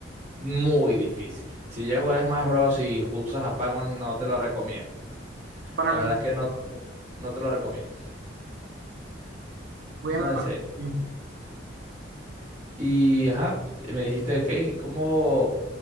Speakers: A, on the right; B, on the right.
A: muy difícil. Si ya juegas Smash Bros. y usas a Pac-Man, no te lo recomiendo.
B: Para
A: La
B: comenzar,
A: verdad es que no, no te lo recomiendo.
B: voy a
A: No, en
B: matar
A: serio.
B: el tiempo.
A: Y ajá, me dijiste, ok, ¿y ¿cómo?